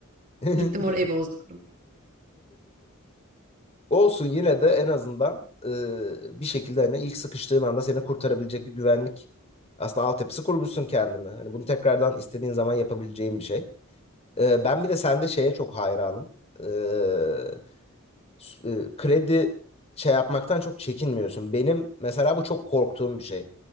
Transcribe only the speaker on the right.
gittim orayı bozdurdum.